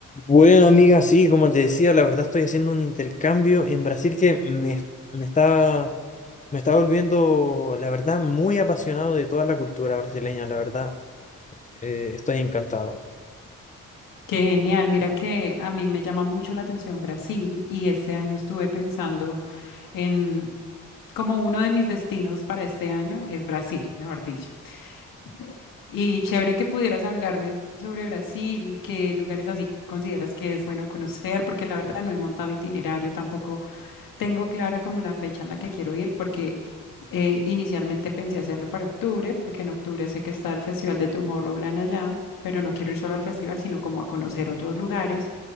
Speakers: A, on the left; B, on the left.
A: Bueno, amiga, sí, como te decía, la verdad estoy haciendo un intercambio en Brasil que me, me está, me está volviendo, la verdad, muy apasionado de toda la cultura brasileña, la verdad, eh, estoy encantado.
B: Qué genial, mira que a mí me llama mucho la atención Brasil y este año estuve pensando en como uno de mis destinos para este año es Brasil, mejor dicho. Eh, Y chévere que pudieras hablarme sobre Brasil, qué lugares así consideras que es bueno conocer, porque la verdad no he montado itinerario, tampoco tengo clara como la fecha en la que quiero ir, porque eh, inicialmente pensé hacerlo para octubre, porque en octubre sé que está el Festival de Tomorrowland allá, pero no quiero ir solo al festival, sino como a conocer otros lugares.